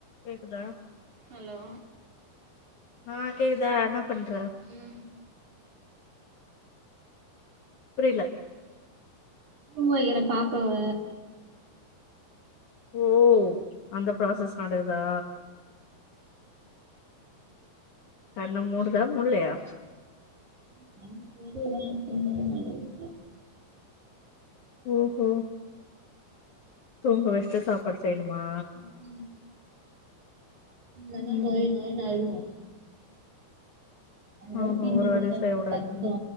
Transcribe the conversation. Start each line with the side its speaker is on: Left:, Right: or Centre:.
Left: கேக்குதா
Right: அலோ
Left: ஆ கேக்குதா என்னா பண்ற
Right: ம்
Left: புரிய்ல
Right: தூங் வெக்கிறே பாப்பா வ
Left: ஓ அந்த ப்ராசஸ் நடக்தா கண்ண மூடுதா மூட்லையா
Right: தன் கீழே மன் கீழே என்னாது <unintelligible>
Left: ம் ம் தூங்க வச்சுட்டு சாப்பாடு செய்யணுமா
Right: ம் இல்லனா
Left: ம்
Right: நொய் நொய்யினு அழுவா அதாவது
Left: ஆமா
Right: தீந்து
Left: ஒரு வேலையு
Right: போது அப்புற
Left: செய்யக்கூடாதுன்னு
Right: தட்டு